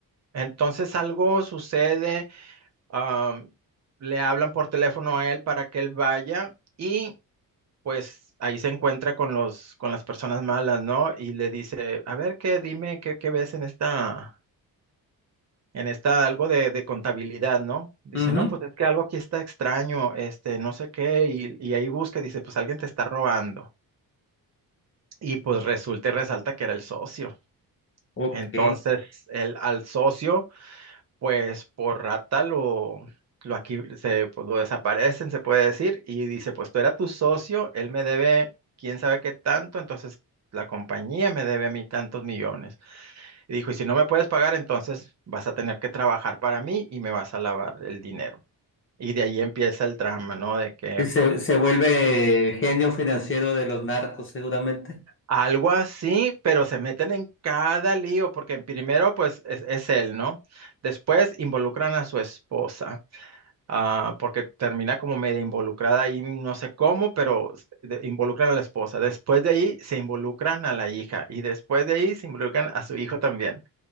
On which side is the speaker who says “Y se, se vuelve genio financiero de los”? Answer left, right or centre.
Left